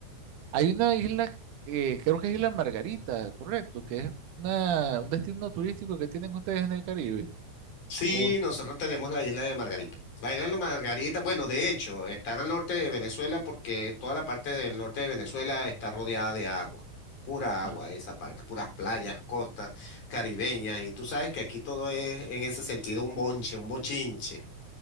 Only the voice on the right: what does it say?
hay una isla, eh, creo que es Isla Margarita, correcto, que es una- un destino turístico que tienen ustedes en el Caribe.
O-
ah.